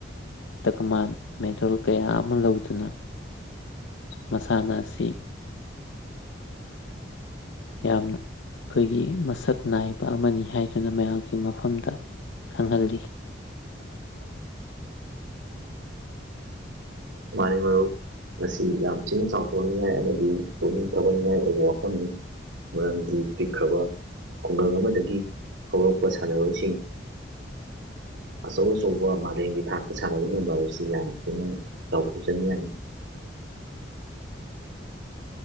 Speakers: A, on the left; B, on the right.
A: ꯗꯀꯃꯥꯟ ꯃꯦꯗꯜ ꯀꯌꯥ ꯑꯃ ꯂꯧꯗꯨꯅ ꯃꯁꯥꯟꯅ ꯑꯁꯤ ꯌꯥꯝꯅ ꯑꯩꯈꯣꯏꯒꯤ ꯃꯁꯛ ꯅꯥꯏꯕ ꯑꯃꯅꯤ ꯍꯥꯏꯗꯨꯅ ꯃꯌꯥꯝꯒꯤ ꯃꯐꯝꯗ ꯈꯪꯍꯜꯂꯤ
B: ꯃꯥꯅꯤ ꯃꯔꯨꯞ ꯃꯁꯤ ꯌꯥꯝ ꯊꯤꯅ ꯆꯥꯎꯊꯣꯛꯅꯤꯡꯉꯥꯏ ꯑꯃꯗꯤ ꯄꯨꯛꯅꯤꯡ ꯊꯧꯒꯠꯅꯤꯡꯉꯥꯏ ꯑꯣꯏꯕ ꯋꯥꯐꯝꯅꯤ꯫ ꯃꯔꯝꯗꯤ ꯄꯤꯛꯈ꯭ꯔꯕ ꯈꯨꯡꯒꯪ ꯑꯃꯗꯒꯤ ꯍꯧꯔꯛꯄ ꯁꯥꯟꯅꯔꯣꯏꯁꯤꯡ ꯑꯆꯧ ꯑꯆꯧꯕ ꯃꯥꯂꯦꯝꯒꯤ ꯊꯥꯛꯇ ꯁꯥꯟꯅꯕ ꯉꯝꯕ ꯍꯥꯏꯕꯁꯤ ꯌꯥꯝ ꯊꯤꯅ ꯆꯥꯎ ꯊꯣꯡꯖꯅꯤꯡꯉꯥꯏꯅꯤ꯫